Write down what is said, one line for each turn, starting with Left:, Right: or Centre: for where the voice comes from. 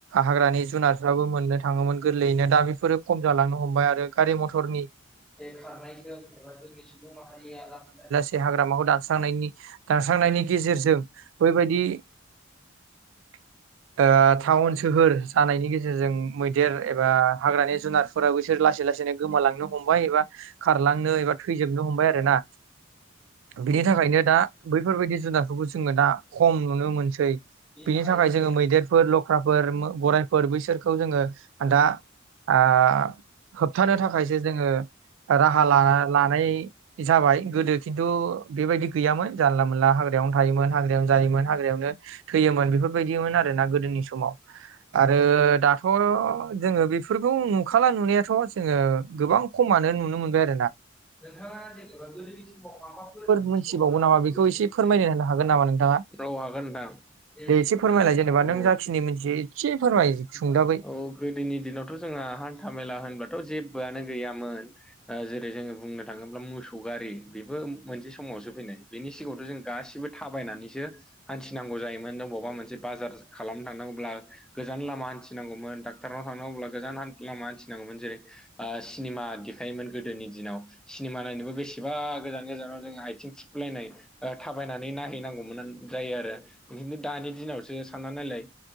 Right: हाग्रानि जुनारफ्राबो मोननो थाङोमोन गोरलैयैनो। दा बेफोरो खम जालांनो हमबाय आरो गारि मटरनि
Centre: बे खारनायजों एबा जोंनि सुबुं माहारिया लासै लासैनो
Right: हाग्रामाखौ दानस्रांनायनि दानस्रांनायनि गेजेरजों बैबायदि <inaudible> ओ टावोन सोहोर जानायनि गेजेरजों मैदेर एबा हाग्रानि जुनारफोराबो बैसोर ला सै लासैनो गोमालांनो हमबाय एबा खारलांनो एबा थैजोबनो हमबाय आरोना‌ बिनि थाखायनो दा बैफोरबायदि जुनारफोरखौ जोङो दा खम नुनो मोनसै।
Centre: बिनि थाखाय जोङो
Right: जों मैदेरफोर, लख्राफोर, गराइफोर बैसोरखौ जोङो दा आ होबथानो थाखायसो जोङो राहा लामा लानाय जाबाय गोदो खिन्थु। बेबायदि गैयामोन जानला मोनला हाग्रायावनो थायोमोन हाग्रायावनो जायोमोन हाग्रायावनो थैयोमोन बेफोरबायदिमोन आरोना गोदोनि समाव। आरो दाथ' जोङो बेफोरखौ नुखाला नुनायाथ' जोङो गोबां खमानो नुनो मोनबाय आ
Centre: नोंथाङा जेनेबा गोदोनि समाव माबाफोर मोन्थिबावो
Right: मोनथिबावगौ
Centre: नामा बेखौ एसे फोरमायना
Right: फोरमायनो होनो हागोन नामा नोंथाङा
Centre: होनो हागोन नामा? औ हागोन
Right: दे एसे फोरमायलाय
Centre: नोंथां
Right: जेनेबा नों
Centre: औ
Right: जाखिनि मिथियो एसे फोरमाय सुंदाबै
Centre: औ औ औ। औ गोदोनि दिनावथ' जोंहा हान्था मेला होनबाथ' जेबोआनो गैयामोन। जेरै जोङो बुंनो थाङोब्ला मोसौ गारि बेबो मोनसे समावसो फैनाय। बेनि सिगाङावथ' जों गासिबो थाबायनानैसो हान्थिनांगौ जायोमोन बबावबा मोनसे बाजार खालामनो थांनांगौब्ला गोजान लामा हान्थिनांगौमोन डाक्टार नाव थांनांगौब्ला गोजान लामा हान्थिनांगौमोन। जेरै ओ सिनिमा देखायोमोन गोदोनि दिनाव सिनेमा नायनोबो बेसेबा गोजान गोजानाव जों आथिं थिफुलायनाय ओ थाबायनानै नायहैनांगौमोन जायो आरो। बिदिनो दानि दिनावसो सानना नायलाय